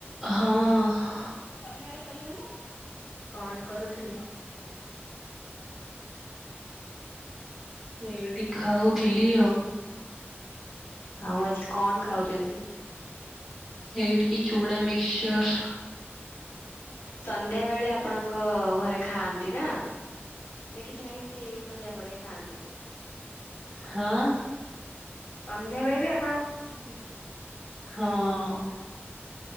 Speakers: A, in the centre; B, on the left.
A: ହଁ
B: ଶନିବାର କରିବନି। କଣ କରୁଥିଲେ?
A: ଏଇଠି ଖାଉଥିଲି ଆଉ।
B: ଆଉ ଆଜି କଣ ଖାଉଛନ୍ତି?
A: ଏଇ ଟିକେ ଚୁଡା ମିକ୍ସଚର।
B: ସନ୍ଧ୍ୟା ବେଳେ ଆପଣଙ୍କ ଘରେ ଖାଆନ୍ତି ନା। କିଛି ନା କିଛି ସନ୍ଧ୍ୟା ପରେ ଖାଆନ୍ତି।
A: ହଁ।
B: ସନ୍ଧ୍ୟାବେଳେ ବି ଆପ
A: ହଁ।